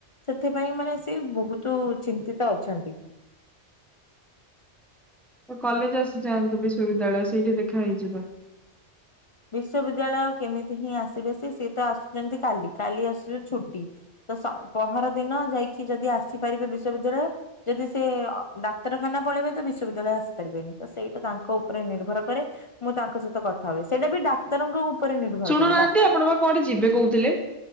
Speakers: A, on the left (about 45°); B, in the centre.
A: ସେଥିପାଇଁ ମାନେ ସେ ସେ ବହୁତ ଚିନ୍ତିତ ଅଛନ୍ତି।
B: କଲେଜ ଆସି ଯାଆନ୍ତୁ ବିଶ୍ବିଦ୍ୟାଳୟ ସେଇଠି ଦେଖା ହେଇଯିବା।
A: ବିଶ୍ବିଦ୍ୟାଳୟ କେମିତି ହିଁ ଆସିବେ ସେ ସିଏ ତ ଆସୁଚନ୍ତି କାଲି କାଲି ଆସିବ ଛୁଟି। ତ ସ ପହର ଦିନ ଯାଇକି ଯଦି ଆସିପାରିବେ ବିଶ୍ବିଦ୍ୟାଳୟ ଯଦି ସେ ଅ ଡାକ୍ତରଖାନା ପଳେଇବେ ତ ବିଶ୍ୱବିଦ୍ୟାଳୟ ଆସି ପାରିବେନି ତ ସେଇଟା ତାଙ୍କ ଉପରେ ନିର୍ଭର କରେ ମୁଁ ତାଙ୍କ ସହିତ କଥା ହୁଏ ସେଇଟା ବି ଡାକ୍ତରଙ୍କୁ ଉପରେ ନିର୍ଭର
B: ଶୁଣୁନାହାନ୍ତି
A: କାରେ ଡା
B: ଆପଣ ବା କୁଆଡେ ଯିବେ କହୁଥିଲେ।